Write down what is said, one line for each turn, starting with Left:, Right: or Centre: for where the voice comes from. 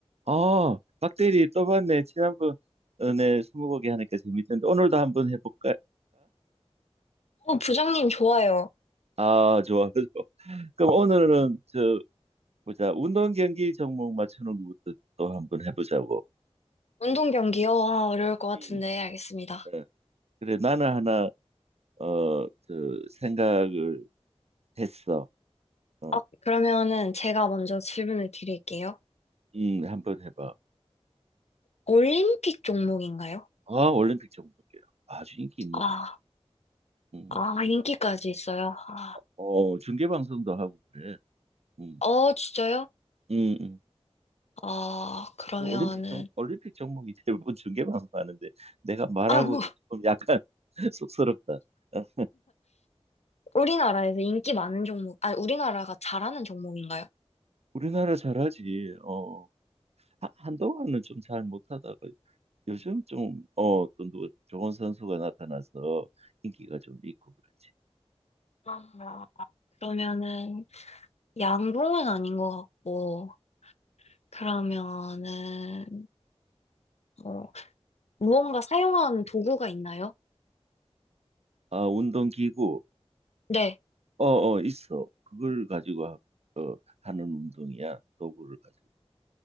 Right: 아, 박대리 또 봤네. 지난번에 스무고개 하니까 재밌던데 오늘도 한번 해볼까?
Left: 어, 부장님 좋아요.
Right: 아, 좋아, <laughs> 좋아. 그럼 오늘은 저 보자. 운동 경기 종목 맞추는 것부터 또 한번 해보자고.
Left: 운동 경기요? 아, 어려울 것 같은데
Right: 음.
Left: 알겠습니다.
Right: 어, 그래, 나는 하나 어, 저 생각을 했어. 어,
Left: 아, 그러면은 제가 먼저 질문을 드릴게요.
Right: 음, 한번 해봐.
Left: 올림픽 종목인가요?
Right: 아, 올림픽 종목이야. 아주 인기 있는
Left: 아,
Right: 종목. 음,
Left: 아,
Right: 중계,
Left: 인기까지 있어요. 아,
Right: 어, 중계 방송도 하고 그래. 음,
Left: 어, 진짜요?
Right: 음, 음.
Left: 아, 그러면은
Right: 올림픽 종, 올림픽 종목이 <laughs> 대부분 중계방송 하는데 내가 말하고도
Left: 아, 뭐
Right: 좀 약간 <laughs> 쑥스럽다. 어,
Left: 우리나라에서 인기 많은 종목, 아니 우리나라가 잘하는 종목인가요?
Right: 우리나라 잘하지. 어, 하- 한동안은 좀 잘 못하다가 요즘 좀, 어, 또 누- 좋은 선수가 나타나서 인기가 좀 있고 그렇지.
Left: 아, 그러면은 양궁은 아닌 것 같고 그러면은 어, 무언가 사용하는 도구가 있나요?
Right: 아, 운동기구.
Left: 네.
Right: 어, 어, 있어. 그걸 가지고 하- 어, 하는 운동이야. 도구를 가지고.